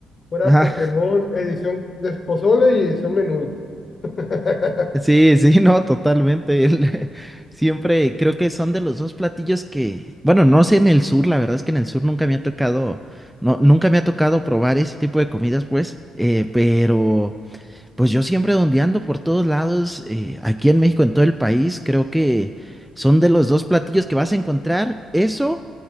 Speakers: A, on the left (about 40°); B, in the centre.
A: fuera
B: Ajá,
A: Pokémon edición de pozole y edición menudo. <laughs>
B: <laughs> sí, sí, no, totalmente. el- <laughs> Siempre creo que son de los dos platillos que, bueno, no sé en el sur, la verdad es que en el sur nunca me ha tocado, no, nunca me ha tocado probar ese tipo de comidas, pues, eh, pero Pues yo siempre dondeando por todos lados, eh, aquí en México, en todo el país, creo que son de los dos platillos que vas a encontrar. Eso,